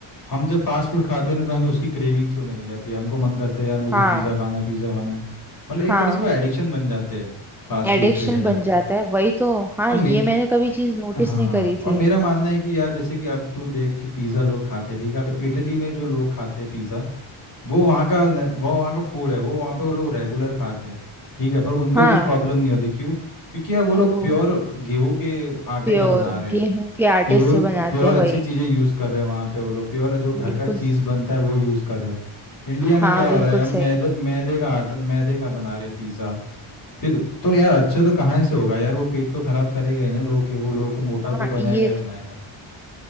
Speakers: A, on the left; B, in the centre.
A: हम जब फास्ट फूड खाते हैं ना तो हमें उसकी क्रेविंग्स ही होने लग जाती है हमको मन करता है यार मुझे
B: हाँ
A: पिज़्ज़ा खाना है पिज़्ज़ा खाना है मतलब एक
B: हाँ
A: तरह से वो एडिक्शन बन जाते हैं फास्ट फूड्स
B: एडिक्शन
A: देखा जाए
B: बन
A: तो
B: जाता है वही तो हाँ
A: और मे
B: ये मैंने कभी चीज नोटिस
A: हाँ
B: नहीं करी
A: और
B: थी
A: मेरा मानना है कि यार जैसे कि अब तू देख कि पिज़्ज़ा लोग खाते हैं ठीक है अब इटली में जो लोग खाते हैं पिज़्ज़ा वो वहाँ का न- वो वहाँ का फूड है वो वहाँ पे वो लोग रेगुलर खाते हैं ठीक है पर उनका
B: हाँ
A: कुछ प्रॉब्लम नहीं होती क्यों क्योंकि यार वो लोग
B: उनको
A: प्योर गेहूं के आटे
B: प्योर
A: का बना रहे हैं
B: गेहूं के आटे
A: प्योर
B: से बनाते
A: प्योर
B: हैं वही
A: अच्छी चीज़ें यूज़ कर रहे हैं वहाँ पे वो लोग प्योर जो घर
B: बिल्कुल
A: का चीज़
B: स-
A: बनता है वो यूज़ कर रहे हैं इंडिया में
B: हाँ
A: क्या
B: बिल्कुल
A: हो रहा है अब मैदे
B: सही
A: मैदे का आट मैदे का बना रहे पिज़्ज़ा फिर तो यार अच्छा तो कहाँ से होगा यार वो पेट तो खराब करेगा ही ना लोगों के वो लोगों को मोटा
B: हाँ
A: तो बनाएगा
B: ये
A: ही बनाएगा